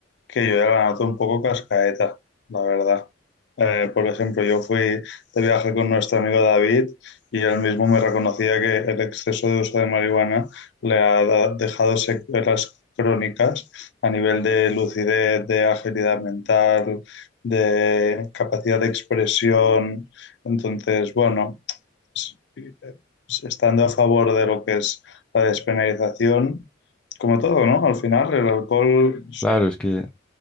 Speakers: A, on the left; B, in the centre.
A: que yo ya la noto un poco cascaeta, la verdad. Eh, por ejemplo, yo fui de viaje con nuestro amigo David y él mismo me reconocía que el exceso de uso de marihuana le ha da- dejado secuelas crónicas a nivel de lucidez, de agilidad mental, de capacidad de expresión. Entonces, bueno, s- eh, estando a favor de lo que es la despenalización, como todo, ¿no? Al final, el alcohol
B: Claro, es que